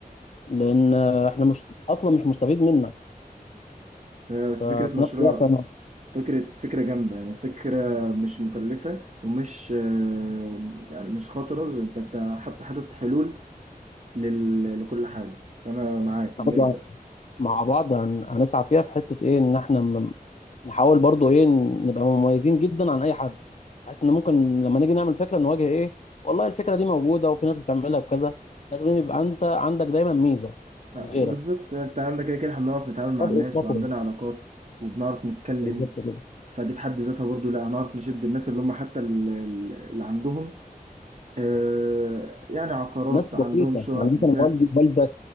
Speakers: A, on the left (about 50°); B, on the right (about 50°).
A: لان احنا مش اصلا مش مستفيد منها
B: آه،
A: ففي
B: بس فكرة مشروع
A: نفس الوقت انا
B: فكرة فكرة جامدة يعني فكرة مش مكلفة ومش آه، يعني مش خطرة انت انت حتى حاطط حلول لل... لكل حاجة فأنا معاك
A: إحنا
B: نبدأ
A: برضو مع بعض هن... هنسعى فيها في حته ايه ان احنا م... نحاول برضو ايه نبقى مميزين جدا عن اي حد بحيث ان ممكن لما نيجي نعمل فكره نواجه ايه والله الفكره دي موجوده وفي ناس بتعملها بكذا لازم يبقى انت عندك دايما ميزه
B: آه،
A: عن غيرك
B: بالظبط انت عندك كده كده احنا بنعرف نتعامل مع
A: فرق
B: الناس
A: الخطوه
B: وعندنا علاقات وبنعرف نتكلم
A: بالظبط كده
B: فدي في حد ذاتها برضو لا هنعرف نشد الناس اللي هم حتى ال- ال- اللي عندهم آه، يعني عقارات
A: ناس
B: عندهم
A: بسيطة
B: شقق
A: يعني مثلا
B: بتاع
A: والدي والدك